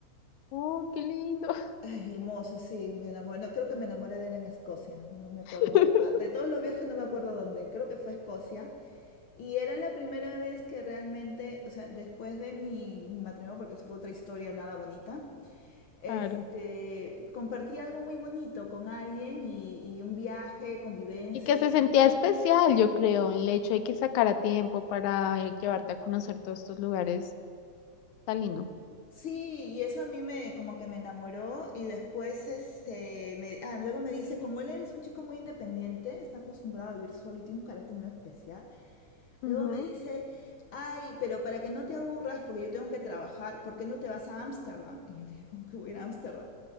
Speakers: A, on the left; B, on the left.
A: Oh, qué lindo.
B: Ay, hermoso, sí, me enamoré. No, creo que me enamoré de él en Escocia, no me acuerdo
A: <laughs>
B: en qué parte. De todos los viajes no me acuerdo dónde, creo que fue Escocia. Y era la primera vez que realmente, o sea, después de mi, mi matrimonio, porque eso fue otra historia nada bonita, este,
A: Claro.
B: compartí algo muy bonito con alguien y, y un viaje, convivencia.
A: Y que se sentía especial, yo creo, el hecho de que sacara tiempo para eh, llevarte a conocer todos estos lugares. Está lindo.
B: Sí, y eso a mí me como que me enamoró y después este me, ah, luego me dice, como él es un chico muy independiente, está acostumbrado a vivir solo y tiene un carácter medio especial,
A: Ujú.
B: Luego me dice, ay, pero para que no te aburras, porque yo tengo que trabajar, ¿por qué no te vas a Ámsterdam? Y yo le dije, ¿cómo que voy a ir a Ámsterdam?